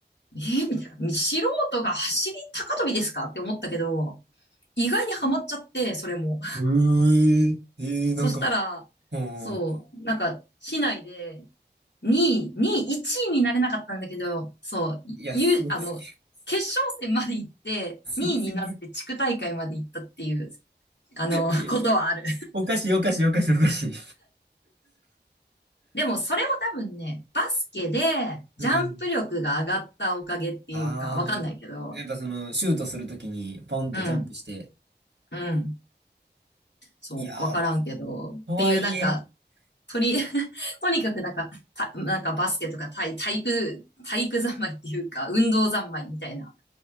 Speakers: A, on the left; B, on the right.
A: えーみたいな。素人が走り高跳びですかって思ったけど、意外にハマっちゃって、それも。
B: うー、えー、
A: そしたら、
B: なんか、うん、
A: そう、なんか、市内で2位、2位、1位になれなかったんだけど、そう、
B: いや、
A: ゆ、
B: すごすぎる。
A: あの、決勝戦まで行って、
B: すごすぎる。
A: 2位になって地区大会まで行ったっていう、あの、
B: いや、
A: ことはある。
B: おかしい、おかしい、おかしい、おかしい。
A: でも、それも多分ね、バスケでジャンプ力が上がったおかげっていうか、
B: うん。ああ。
A: わかんないけど、
B: やっぱその、シュートするときに、ポンってジャンプして、
A: うん、うん、そう、
B: いやー、
A: わからんけど、っていうなんか、
B: とはいえ、
A: とり、<laughs> とにかくなんか、た、なんかバスケとか体、体育、体育三昧っていうか、運動三昧みたいな